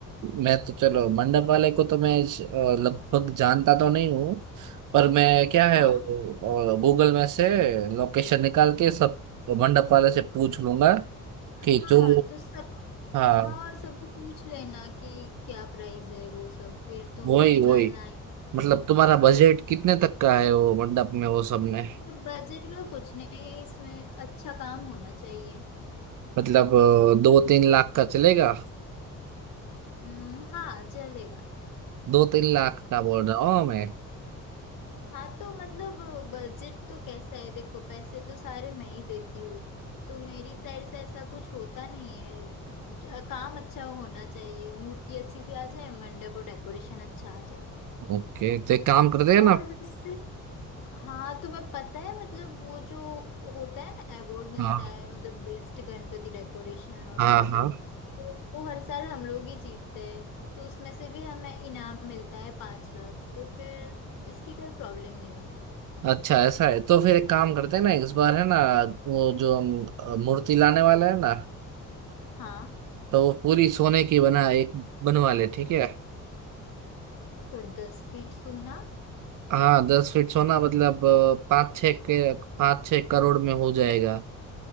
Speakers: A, on the right; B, on the left.
A: मैं तो चलो मंडप वाले को तो मैं अ, लगभग जानता तो नहीं हूँ पर मैं क्या है
B: हाँ
A: गूगल में से लोकेशन निकाल के सब मंडप वाले से पूछ लूंगा
B: हाँ
A: कि जो
B: तो सब
A: हाँ
B: हाँ और सबको पूछ लेना कि क्या प्राइस है वो सब फिर तुम
A: वही
B: निकालना
A: वही
B: है estimate।
A: मतलब तुम्हारा
B: हाँ
A: बजट कितने तक का है वो मंडप में वो सब में
B: मतलब बजट का कुछ नहीं है इसमें अच्छा काम होना चाहिए
A: मतलब अ, दो तीन लाख का चलेगा
B: हम्म हाँ चलेगा
A: दो तीन लाख का बोल रहा हूँ मैं
B: हाँ तो मतलब बजट तो कैसा है देखो पैसे तो सारे मैं ही देती हूँ तो मेरी साइड से ऐसा कुछ होता नहीं है ज- काम अच्छा होना चाहिए मूर्ति अच्छी सी आ जाए मंडप और डेकोरेशन अच्छा आ जाए
A: ओके तो एक काम करते हैं ना
B: और वैसे हाँ तुम्हें पता है मतलब वो जो होता है ना अवार्ड मिलता
A: हाँ
B: है मतलब बेस्ट गणपति डेकोरेशन और
A: हाँ
B: वो सब
A: हाँ
B: तो वो हर साल हम लोग ही जीतते हैं तो उसमें से भी हमें इनाम मिलता है पांच लाख तो फिर इसकी कोई प्रॉब्लम नहीं है
A: अच्छा ऐसा है तो फिर एक काम करते हैं ना इस बार है ना वो जो हम अ, मूर्ति लाने वाले हैं ना
B: हाँ
A: तो वो पूरी सोने की बना एक बनवा ले ठीक है
B: पर दस फीट सोना
A: हाँ दस फीट सोना मतलब अ, पाँच छः के पाँच छः करोड़ में हो जाएगा